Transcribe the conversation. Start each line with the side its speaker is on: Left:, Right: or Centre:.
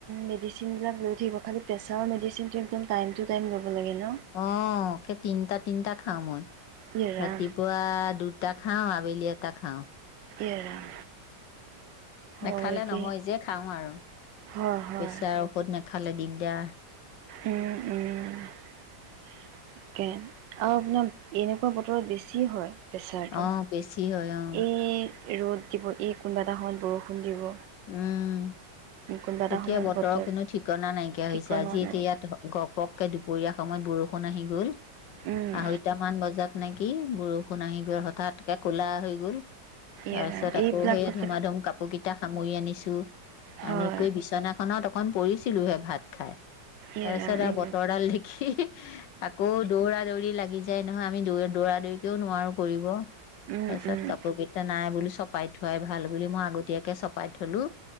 Right: মেডিচিন বিলাক লৈ থাকিব খালি প্ৰেসাৰৰ মেডিচিনটো টাইম টু টাইম লব। লাগে ন
Left: অঅ কে তিনটা তিনটা খাও মই।
Right: ইয়ে ৰাম
Left: ৰাতিপুৱা দুটাত খাও, আবেলি এটা খাও।
Right: ইয়ে ৰাম হয়
Left: নেখালে
Right: দেই
Left: নহয় যে খাও আৰু।
Right: হয় হয়
Left: ইয়া।
Right: উম', উম', কেন অ' আপোনাৰ এনেকুৱা বতৰত বেছি হয়। প্ৰেছাৰটো।
Left: অ' বেছি হয় অ'।
Right: এই ৰ'দ দিব, এই কোনোবা এটা সময়ত বৰষুণ দিব।
Left: উম।
Right: কোনোবা এটা
Left: এতিয়া
Right: সময়ত
Left: বতৰৰ
Right: বতৰ
Left: কোনো ঠিকনা নাইকিয়া
Right: ঠিকনা
Left: হৈছে আজি
Right: নাই
Left: এতিয়া ইয়াত গপ-গপ দুপৰীয়া সময়ত বৰষুণ আহি গ'ল।
Right: উম
Left: আহৈটামান বজাত নে এই বৰষুণ আহি গ'ল হঠাৎ, একে কুলা হৈ গ'ল। তাপিছত
Right: এই এইবিলাক
Left: আকৌ সেয়া
Right: কথা
Left: ধুমাধুম কাপোৰ কিটা সামই আনিছো।
Right: হয়
Left: আনি কৰি বিছনাখনত অ অকন পৰিছিলোহে ভাত খাই,
Right: ই
Left: তাৰপিছত
Right: ৰাম
Left: আৰু
Right: উম
Left: বতৰডাল দেখি আকৌ দৌৰা দৌৰি লাগি যে নহয় আমি দৌৱেত দৌৰা দৌইকেও নোৱাৰো কৰিব।
Right: উম
Left: তাছত
Right: উম
Left: কাপো গিটা নাই বোলো চপ পাই থোৱাই ভাল বুলি মই আগতীয়াকে চপ পাই থলো।